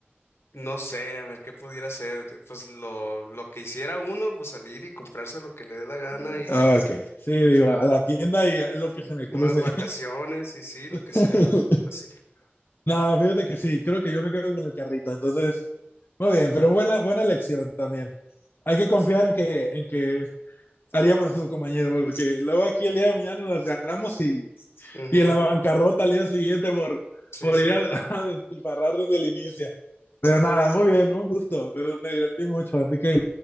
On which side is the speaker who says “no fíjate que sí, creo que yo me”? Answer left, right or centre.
Left